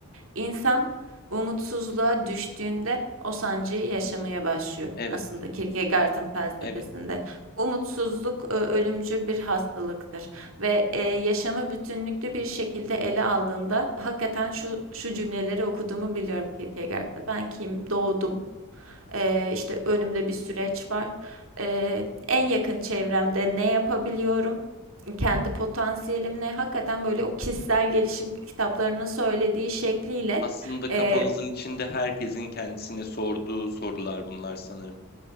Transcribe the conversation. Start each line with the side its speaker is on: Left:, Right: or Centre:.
Right: İnsan umutsuzluğa düştüğünde o sancıyı yaşamaya başlıyor.
Left: Evet.
Right: Aslında Kierkegaard'ın felsefesinde
Left: Evet.
Right: umutsuzluk e, ölümcül bir hastalıktır ve e, yaşamı bütünlüklü bir şekilde ele aldığında hakikaten şu şu cümleleri okuduğumu biliyorum Kierkegaard'da. Ben kim? Doğdum. Ee, işte önümde bir süreç var. Ee, en yakın çevremde ne yapabiliyorum? Kendi potansiyelimle hakikaten böyle o kişisel gelişim
Left: Hı.
Right: kitaplarının söylediği şekliyle
Left: Aslında kafamızın
Right: e,
Left: içinde herkesin kendisine sorduğu sorular bunlar sanırım.